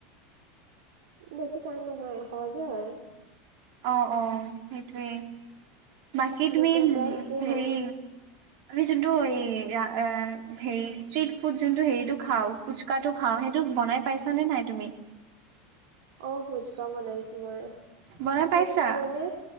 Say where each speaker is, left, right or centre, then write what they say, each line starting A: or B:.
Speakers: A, on the right; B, on the right.
A: বেছি টান নহয় সহজেই হয়
B: অ অ সেইটোৱেই বাকি
A: দুইটা
B: তুমিম
A: প্ৰায় একেই হয়।
B: হেৰি আমি যোনটো এই আহ-আহ হেৰি ষ্ট্ৰিট ফুড যোনটো হেৰিটো খাওঁ ফুচকাটো খাওঁ সেইটো বনাই পাইছা নে নাই তুমি
A: অঁ ভুচকা বনাইছোঁ মই
B: বনাই
A: ফুচকা
B: পাইছা?
A: মানে